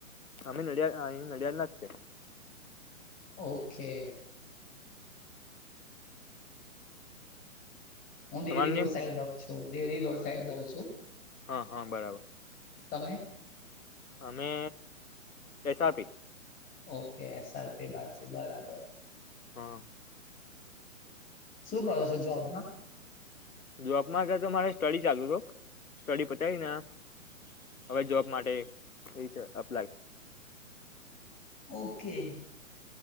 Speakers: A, on the left (about 80°); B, on the left (about 20°).
A: અમે નડિયા, અહી નડિયાદ નાજ છે.
B: ઓકે હું ડેરી
A: તમારું
B: રોડ
A: નેમ
B: સાઈડ રહું છું, ડેરી રોડ સાઈડ રહું છું.
A: હા હા, બરાબર.
B: તમે?
A: અમે, S R P
B: okay, S R P બાજુ, બરાબર.
A: હા
B: શું કરો છો જોબમાં?
A: જોબ માં કેતો મારે સ્ટડી ચાલુ છુ, સ્ટડી પતાવી ને આ હવે જોબ માટે, વિચાર અપ્લાય
B: ઓકે